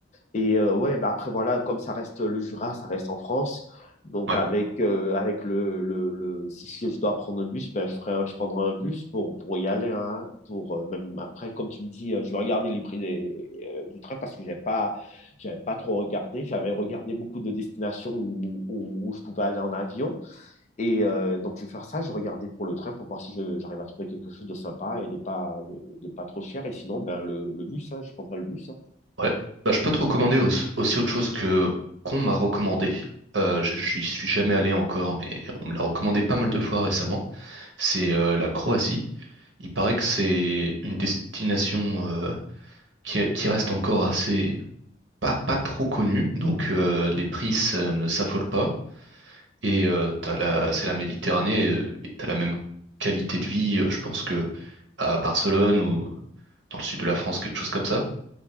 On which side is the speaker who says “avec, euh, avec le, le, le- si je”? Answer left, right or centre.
Left